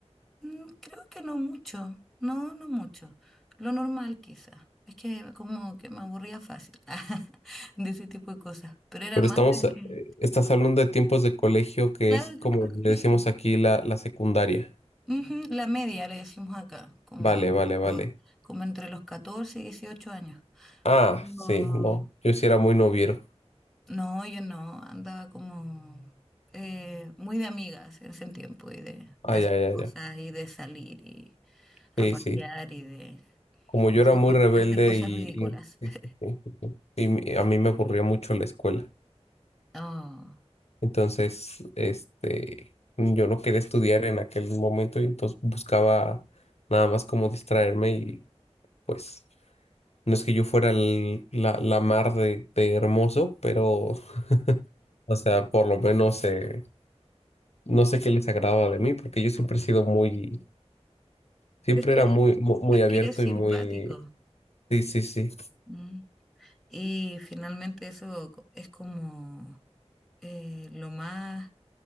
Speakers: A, in the centre; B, on the left.
A: Mm, Creo que no mucho, no, no mucho. Lo normal quizá. Es que como que me aburría fácil <laughs> de ese tipo de cosas. Pero era
B: Pero
A: más
B: estamos,
A: de,
B: eh, estás hablando de tiempos de colegio que
A: claro,
B: es
A: el tiempo
B: como
A: de
B: le
A: colegio.
B: decimos aquí la, la secundaria.
A: Ujú, La media le decimos acá, como,
B: Vale, vale, vale.
A: lo- como entre los 14 y 18 años.
B: Ah,
A: Pero
B: sí, no, yo sí era muy noviero.
A: no, yo no, andaba como eh, muy de amigas en ese tiempo y de,
B: Ah,
A: de hacer
B: ya, ya,
A: cosas
B: ya.
A: y de salir y a
B: Sí,
A: pasear
B: sí.
A: y de
B: Como yo
A: hacer,
B: era muy rebelde
A: hacer cosas
B: y,
A: ridículas.
B: y,
A: <laughs>
B: sí, sí, sí. Y mi- a mí me aburría mucho la escuela.
A: Oh,
B: Entonces, este, yo no quería estudiar en aquel momento y entonces buscaba nada más como distraerme y pues no es que yo fuera el- la, la mar de, de hermoso, pero, <laughs> o sea, por lo menos eh, no sé qué les agradaba de mí porque yo siempre he sido muy, siempre
A: pero es que
B: era
A: eres,
B: muy, muy, muy
A: es
B: abierto
A: que eres simpático.
B: y muy, sí, sí, sí.
A: Mm. Y finalmente eso co- es como eh, lo más,